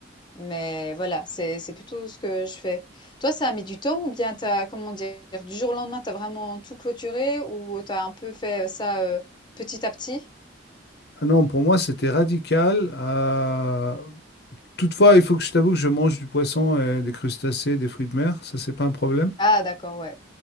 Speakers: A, on the left (about 25°); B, on the left (about 55°).
A: mais voilà, c'est c'est plutôt ce que je fais. Toi, ça a mis du temps ou bien t'as, comment dire, du jour au lendemain, t'as vraiment tout clôturé ou t'as un peu fait euh, ça euh, petit à petit?
B: Ah Non, pour moi, c'était radical. euh, Toutefois, il faut que je t'avoue que je mange du poisson, et des crustacés, des fruits de mer. Ça, c'est pas un problème.
A: Ah, d'accord, ouais.